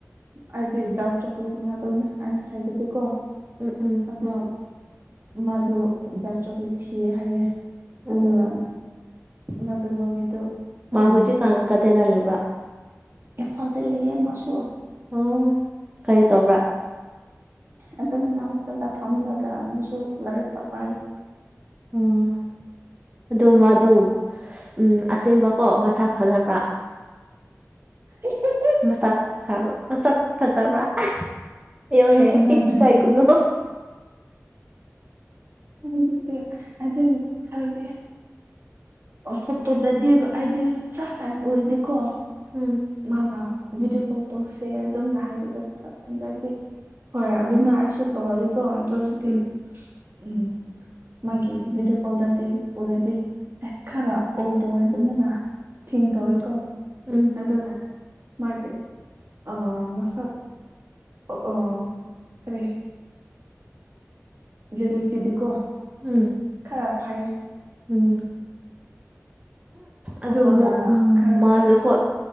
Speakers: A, on the right; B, on the right.
A: ꯑꯩꯗꯤ ꯗꯥꯛ ꯆꯧꯀ꯭ꯂꯦꯠꯅꯦ ꯑꯗꯨꯅꯦ ꯑꯩꯅ ꯍꯥꯏꯕꯗꯤꯀꯣ
B: ꯎꯝ ꯎꯝ
A: ꯑꯗꯣ ꯃꯥꯗꯣ ꯗꯥꯔꯠ ꯆꯣꯀ꯭ꯂꯦꯠ ꯊꯤꯌꯦ ꯍꯥꯏꯌꯦ
B: ꯎꯝ
A: ꯑꯗꯨꯒ ꯃꯗꯨ ꯅꯨꯃꯤꯠꯇꯨ
B: ꯃꯥꯨ
A: ꯎꯝ
B: ꯍꯧꯖꯤꯛꯀꯥꯟ ꯀꯥꯗꯥꯏꯗ ꯂꯩꯕ꯭ꯔꯥ
A: ꯏꯝꯐꯥꯜꯗ ꯂꯩꯌꯦ ꯃꯥꯁꯨ
B: ꯑꯣ ꯀꯔꯤ ꯇꯧꯕ꯭ꯔꯥ
A: ꯑꯗꯨꯃꯥꯏꯅ ꯍꯣꯁꯇꯦꯜꯗ ꯐꯝꯂꯒ ꯑꯃꯛꯁꯨ ꯂꯥꯏꯔꯤꯛ ꯄꯥꯏ
B: ꯎꯝ ꯑꯗꯨ ꯃꯥ ꯑꯗꯢ ꯎꯝ ꯑꯁꯦꯡꯕꯀꯣ ꯃꯁꯛ ꯐꯖꯕ꯭ꯔꯥ
A: <inaudible>
B: ꯃꯁꯛ ꯐꯕ ꯃꯁꯛ ꯐꯖꯕ꯭ꯔꯥ ꯍꯥꯢꯌꯨꯅꯦ
A: ꯍꯥꯏꯒꯅꯨ
B: ꯏꯀꯥꯏꯒꯅꯨ
A: ꯑꯗꯨꯗꯤ ꯑꯗꯨ ꯑꯗꯨꯝ ꯈꯟꯗꯦ ꯐꯣꯇꯣ‌ꯗꯗꯤ ꯑꯩꯗꯤ ꯐꯥꯔꯁ ꯇꯥꯏꯝ ꯎꯔꯤꯗꯤꯀꯣ
B: ꯎꯝ
A: ꯃꯥꯅ ꯚꯤꯗꯤꯑꯣ ꯀꯣꯜ ꯇꯧꯁꯦ ꯑꯗꯨꯝꯅ ꯍꯥꯏꯕꯗꯣ ꯑꯁ ꯍꯩꯅꯗꯦ ꯍꯣꯏ ꯑꯗꯨꯝꯅ ꯑꯩꯁꯨ ꯇ‌ꯧꯔꯤ ꯀꯣ ꯇꯔꯗꯤ
B: ꯎꯝ
A: ꯎꯝ ꯃꯥꯒꯤ <inaudible> ꯚꯗꯤꯑꯣ ꯀꯣꯜꯗꯗꯤ ꯑꯣꯏꯔꯗꯤ ꯈꯔ ꯑꯣꯜ ꯇꯧꯋꯦ ꯑꯗꯨꯅ ꯊꯤꯡ ꯇꯧꯋꯦꯀꯣ
B: ꯎꯝ ꯎꯝ
A: ꯑꯗꯨ ꯃꯥꯒꯤ ꯑ ꯃꯁꯛ ꯑꯣ ꯑꯣ ꯀꯔꯤ ꯦꯜ ꯇꯗ ꯀꯣ <inaudible>
B: ꯎꯝ
A: ꯌꯥꯝ ꯐꯩ
B: ꯎꯝ
A: ꯐꯣꯇꯣꯗꯅ
B: ꯑꯗꯨ ꯑꯃꯨꯛ
A: ꯈꯔ
B: ꯃꯥꯗꯨꯀꯣ
A: ꯐꯠꯂꯦ